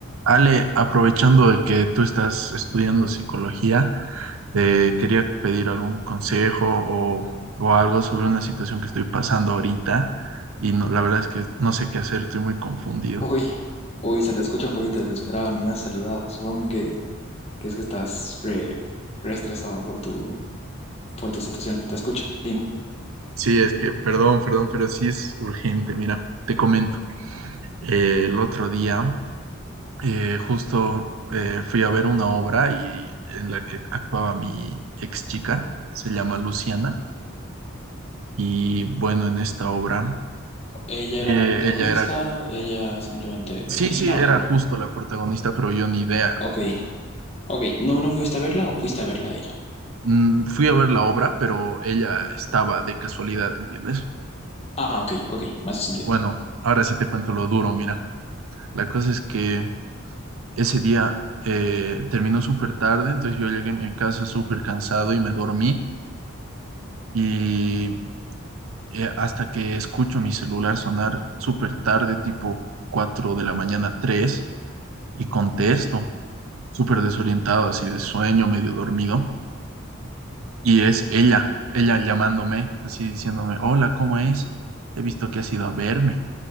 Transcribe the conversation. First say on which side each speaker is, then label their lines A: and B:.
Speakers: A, on the right (about 80°); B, on the left (about 30°).
A: Ale, aprovechando de que tú estás estudiando psicología, te quería pedir algún consejo o, o algo sobre una situación que estoy pasando ahorita y no, la verdad es que no sé qué hacer, estoy muy confundido.
B: Uy, uy, se te escucha un poquito desesperado, ni me has saludado. Supongo que, que es que estás re, re estresado por tu, por tu situación. Te escucho, dime.
A: Sí, es que, perdón, perdón, pero sí es urgente. Mira, te comento. Eh, el otro día eh, justo eh, fui a ver una obra y en la que actuaba mi ex chica, se llama Luciana, y bueno, en esta obra
B: ¿Ella
A: eh,
B: era la protagonista?
A: ella era
B: ¿Ella simplemente bailarina
A: Sí, sí, era
B: o cómo?
A: justo la protagonista, pero yo ni idea.
B: Ok, ok. ¿No, no fuiste a verla o fuiste a verla a ella?
A: Mm, fui a ver la obra, pero ella estaba de casualidad, ¿entiendes?
B: Ah, ok, ok, me hace sentido.
A: Bueno, ahora sí te cuento lo duro, mira. La cosa es que ese día eh, terminó súper tarde, entonces yo llegué a mi casa súper cansado y me dormí. Y eh, hasta que escucho mi celular sonar súper tarde, tipo 4 de la mañana, tres y contesto, súper desorientado, así de sueño, medio dormido. Y es ella, ella llamándome, así diciéndome, hola, ¿cómo es? He visto que has ido a verme,